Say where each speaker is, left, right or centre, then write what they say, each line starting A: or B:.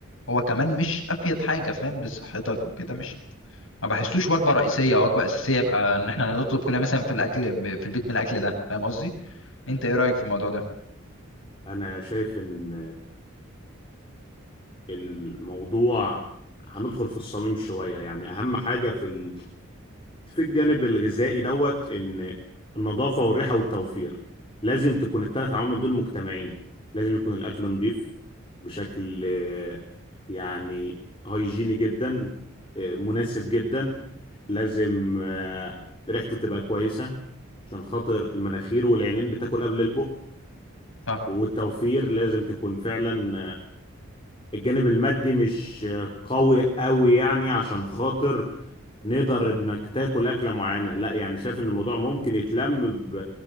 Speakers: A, on the left (about 70°); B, on the left (about 25°).
A: هو كمان مش افيد حاجه فاهم لصحتك وكده مش ما بحسوش وجبه رئيسيه او وجبه اساسيه يبقى ان احنا نطلب كلنا مثلا في الاكل في البيت من الاكل ده فاهم قصدي انت ايه رايك في الموضوع ده
B: انا شايف ان الموضوع هندخل في الصميم شوية يعني أهم حاجة في ال... في الجانب الغذائي دوت إن النظافة والريحة والتوفير لازم تكون الثلاث عوامل دول مجتمعين لازم يكون الأكل نظيف بشكل آه، يعني هيجيني جدا آه، مناسب جدا لازم آه، ريحته تبقى كويسة عشان خاطر المناخير والعينين بتاكل قبل البق
A: صح
B: والتوفير لازم تكون فعلا الجانب المادي مش قوي قوي يعني عشان خاطر نقدر انك تاكل اكله معينه لا يعني شايف ان الموضوع ممكن يتلم ب...